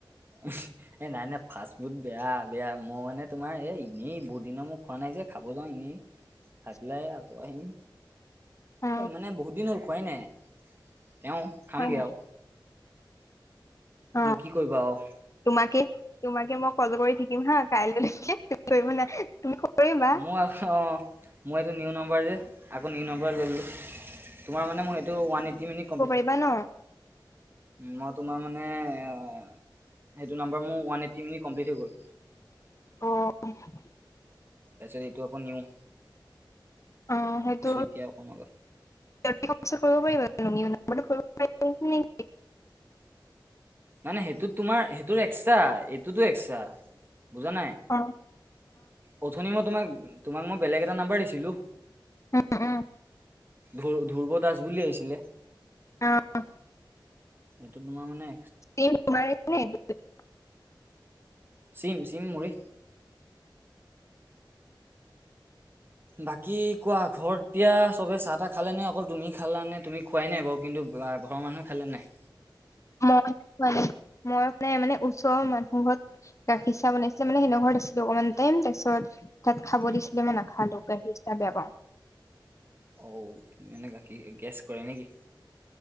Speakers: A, on the right; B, on the left.
A: উহ। এই নাই, নাই, ফাষ্ট ফুড বেয়া, বেয়া মই মানে তোমাৰ এই এনেই বহুত দিনৰ মই খোৱা নাই, যে খাব যাওঁ এনেই।
B: <unintelligible>
A: ঠাকলাই আকৌ আহিম।
B: অ
A: মানে বহুত দিন হ'ল খোৱাই নাই, তেওঁ খামগে
B: হয়
A: আও।
B: অ
A: কি কৰিব আউ।
B: তোমাকে তোমাকে মই কল কৰি থাকিম হা কাইলৈলৈকে, তুমি কৰিব নালাগে, তুমি কৰিবা।
A: আহ', অ'। মো এইটো নিউ নাম্বাৰ যে আকৌ নিউ নাম্বাৰ লৈ ললোঁ তোমাৰ মানে মোৰ সেইটো ওৱান এইটি মিনিট কমপ্লিট।
B: থাকিবা ন?
A: মই তোমাৰ মানে এ। সেইটো নাম্বাৰ মোৰ ওৱান এটটি মিনিট কমপ্লিট হয় গ'ল।
B: অ'হ।
A: তাৰপিছত এইটো আকৌ নিওঁ।
B: অ হয়তো
A: এতিয়া অকণ আগত
B: কৰিব পাৰিবা। <unintelligible> <unintelligible>
A: মানে সেইটোত তোমাৰ সেইটো এক্সট্ৰা এইটোতো এক্সট্ৰা। বুজা নাই
B: অ
A: অথনি মই তোমাক তোমাক মই বেলেগ এটা নাম্বাৰ দিছিলোঁ।
B: উম উম
A: ধ্ৰুৰ্ব দাস বুলি আহিছিলে।
B: অ',
A: এইটো তোমাৰ মানে‌,
B: জিম তোমাৰ পিনে সেইটো।
A: জিম জিম মই বাকী কোৱা ঘৰত এতিয়া চবে চাহ তাহ খালে নে অকল তুমি খালানে তুমি খোৱাই নাই বাৰু কিন্তু ঘৰৰ মানুহে খালে নাই?
B: মই মানে মই প্ৰায় মানে ওচৰৰ মানুহক গাখীৰ চাহ বনাইছিলে মানে সিহঁতৰ ঘৰত আছিলোঁ অকনমান টাইম তাৰপিছত তাত খাব
A: উম
B: দিছিলে মই নাখালো গাখীৰ চাহ বেয়া পাওঁ।
A: অ', তুমি এনে গাখীৰ গেছ কৰে নে কি?